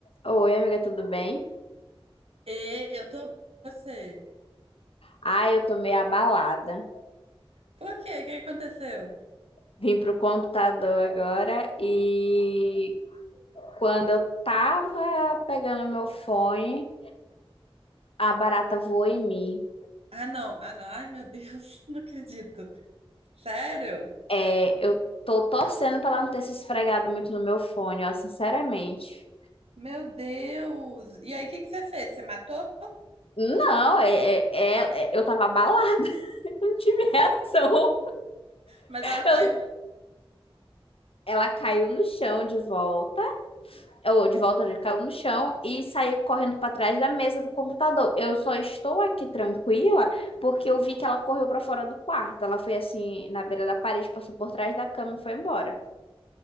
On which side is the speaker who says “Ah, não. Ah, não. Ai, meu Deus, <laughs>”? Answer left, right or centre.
Right